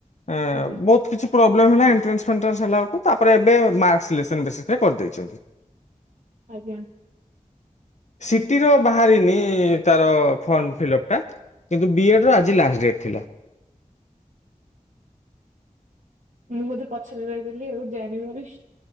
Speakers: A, on the left; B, on the right.
A: ଏଁ
B: ଆଜ୍ଞା
A: ବହୁତ କିଛି ପ୍ରୋବ୍ଲେମ୍ ହେଲା ଏଣ୍ଟାନ୍ସ ଫେଣ୍ଟାନ୍ସ ହେଲା ବେଳକୁ ତାପରେ ଏବେ ମାର୍କ ସିଲେସନ ବେଶୀ! ରେ କରି ଦେଇଚନ୍ତି!
B: ଆଜ୍ଞା
A: ସିଟି ର ବାହାରିନି ତାର ଫର୍ମ ଫିଲ୍ଅପ ଟା କିନ୍ତୁ ବିଏଡ ର ଆଜି ଲାଷ୍ଟ ଡେଟ୍ ଥିଲା!
B: ମୁଁ ବୋଧେ ପଛରେ ରହିଗଲି ଆଉ ଜାଣିବାରେ।